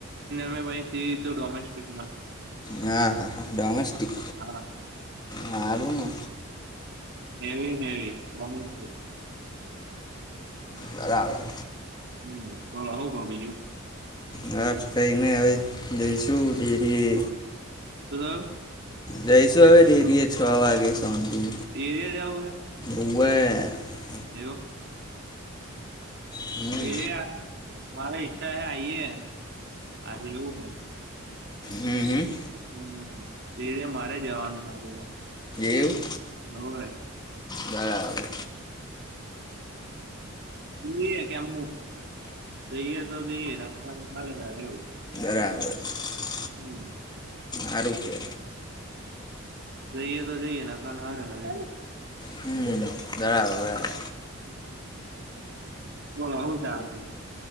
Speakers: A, on the right; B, on the left.
A: <unintelligible> સીધું ડોમેસ્ટિક
B: હા ડોમેસ્ટિક
A: હા
B: હારું ને
A: એવી મેવી <inaudible>
B: બરાબર
A: હમ બોલો હૂં કોનો બીજુ
B: હા કઈ ની હવે જઈશું ડેરીએ
A: હાલો
B: જઈશું હવે ડેરીએ છ વાગે <unintelligible>
A: એરિયા જવું હે
B: ઉવે
A: એવું
B: હમ
A: એરિયા તમા હિસ્સા હૈ આઈએ આજ એવું હૈ
B: હમ હમ
A: હમ એ મારે જવાનું હ પેલા
B: એવું
A: હોય
B: બરાબર
A: જઈએ કેમ જઈએ તો જઈએ એવું <unintelligible>
B: બ્રવે <unintelligible>
A: હમ
B: આ રું કે
A: જઈએ તો જઈએ ને કા હરે હરે
B: હમ બરાબર બરાબર
A: બલો હુ <unintelligible>